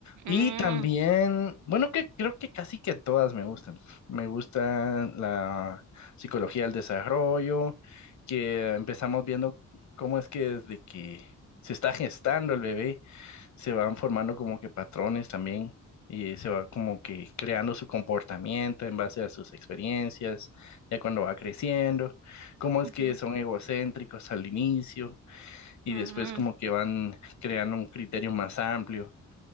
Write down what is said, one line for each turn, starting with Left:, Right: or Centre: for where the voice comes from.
Right: Mm,
Left: Y también, bueno, que creo que casi que todas me gustan. Me gustan la psicología del desarrollo, que empezamos viendo cómo es que desde que se está gestando el bebé se van formando como que patrones también y se va como que creando su comportamiento en base a sus experiencias, ya cuando va creciendo, cómo es
Right: ujú,
Left: que son egocéntricos al inicio y
Right: ujú.
Left: después como que van creando un criterio más amplio